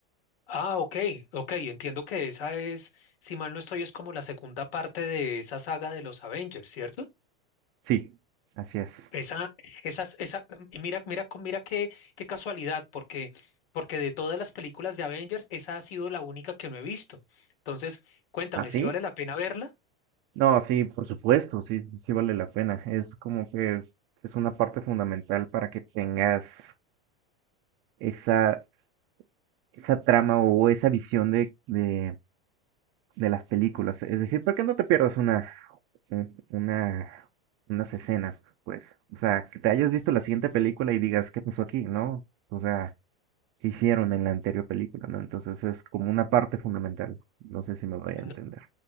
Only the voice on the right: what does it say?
Sí, así es.
¿Así?
No, sí, por supuesto, sí, sí vale la pena. Es como que es una parte fundamental para que tengas esa, esa trama o esa visión de, de, de las películas. Es decir, ¿por qué no te pierdas una, un- una, unas escenas, pues. O sea, que te hayas visto la siguiente película y digas, ¿qué pasó aquí? ¿No? O sea, ¿qué hicieron en la anterior película? ¿No? Entonces es como una parte fundamental. No sé si me voy a
entender.